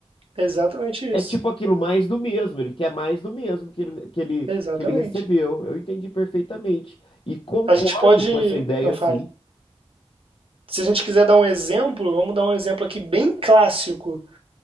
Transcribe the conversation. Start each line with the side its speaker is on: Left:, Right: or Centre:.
Right: Exatamente isso.
Left: É tipo aquilo mais do mesmo, ele quer mais do mesmo que ele, que ele,
Right: Exatamente.
Left: que ele recebeu. Eu entendi perfeitamente. E concordo
Right: A gente pode.
Left: com essa ideia,
Right: ah,
Left: sim,
Right: fala. Se a gente quiser dar um exemplo, vamos dar um exemplo aqui bem clássico.